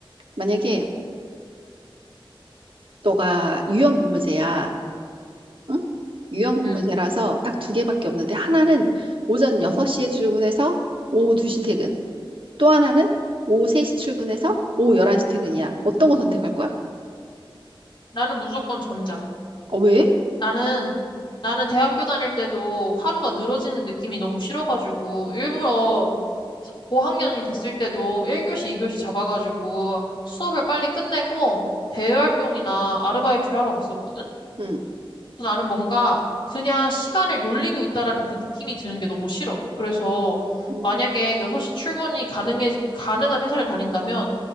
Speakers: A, on the right (about 65°); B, on the left (about 60°).
A: 만약에 너가 유연근무제야. 응? 유연근무제라서
B: 응.
A: 딱 두 개밖에 없는데 하나는 오전 6시에 출근해서 오후 2시 퇴근. 또 하나는 오후 3시 출근해서 오후 11시 퇴근이야. 어떤 거 선택할 거야?
B: 나는 무조건 전자.
A: 어, 왜?
B: 나는, 나는 대학교 다닐 때도 하루가 늘어지는 느낌이 너무 싫어가지고 일부러 고학년이 됐을 때도 1교시, 2교시 잡아가지고 수업을 빨리 끝내고 대외활동이나 아르바이트를 하러 갔었거든.
A: 응,
B: 그래서 나는 뭔가 그냥 시간을 놀리고 있다라는 그 느낌이 드는 게 너무 싫어. 그래서
A: 응,
B: 만약에 6시 출근이 가능해, 가능한 회사를 다닌다면